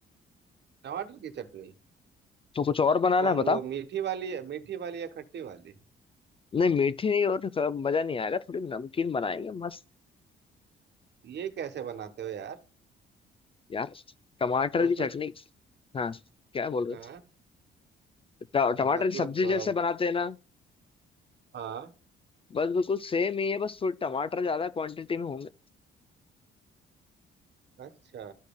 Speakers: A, on the right (about 60°); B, on the left (about 25°).
A: टमाटर की चटनी
B: तो कुछ और बनाना
A: कौन
B: है बताओ
A: वो मीठी वाली मीठी वाली या खट्टी वाली
B: नहीं मीठी नहीं और थोड़ा मजा नहीं आएगा थोड़ी नमकीन बनाएंगे मस्त
A: ये कैसे बनाते हो यार
B: यार टमाटर
A: और उसमें
B: की चटनी हाँ क्या बोल रहे
A: हाँ
B: हो ट- टमाटर
A: मतलब
B: की सब्जी
A: अम,
B: जैसे बनाते हैं ना
A: हाँ
B: बस बिल्कुल सेम ही है बस थोड़े टमाटर ज्यादा क्वांटिटी में होंगे
A: अच्छा